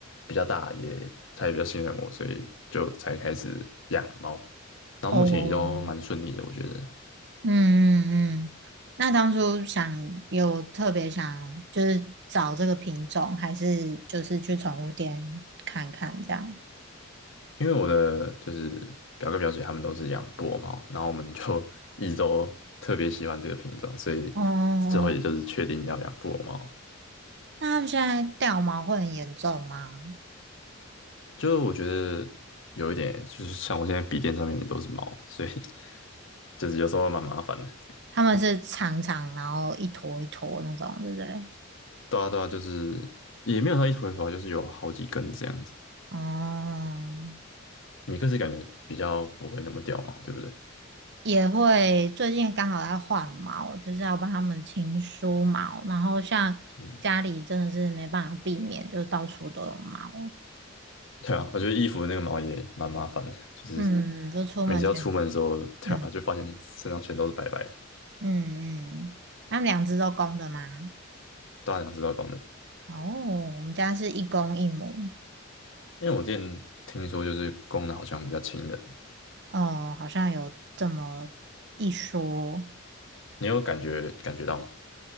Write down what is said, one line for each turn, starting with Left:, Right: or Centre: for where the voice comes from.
Left: 比较大也，她也比较信任我，所以就才开始养猫，然后目前也都蛮顺利的，
Right: 哦，
Left: 我觉得，
Right: 嗯嗯嗯。那当初想有特别想就是找这个品种，还是就是去宠物店看看这样？
Left: 因为我的就是表哥表姐他们都是养布偶猫，然后我们就 <laughs> 一直都特别喜欢这个品种，所以之后也就是确定要养布偶猫。
Right: 哦，那他们现在掉毛会很严重吗？
Left: 就我觉得有一点，就是像我现在笔电上面也都是毛，所以 <laughs> 就是有时候蛮麻烦的。
Right: 他们是长长，然后一坨一坨那种，对不对？
Left: 对啊，对啊，就是也没有它一坨一坨啊就是有好几根这样子。
Right: 哦，
Left: 米克斯感觉比较不会那么掉毛，对不对？
Right: 也会最近刚好在换毛，就是要帮他们清梳毛，然后像家里真的是没办法避免，
Left: 嗯，
Right: 就是到处都有毛，
Left: 对啊，我觉得衣服的那个毛也蛮麻烦的，就是
Right: 嗯，嗯，就出门前，
Left: 每次要出门的时候，对啊，
Right: 嗯
Left: 就发现身上全都是白白的，
Right: 嗯嗯，他们两只都公的吗？
Left: 大两只都是公的。
Right: 哦，我们家是一公一母，
Left: 因为我之前听说，就是公的好像比较轻的，
Right: 哦，好像有这么一说，
Left: 你有感觉感觉到吗？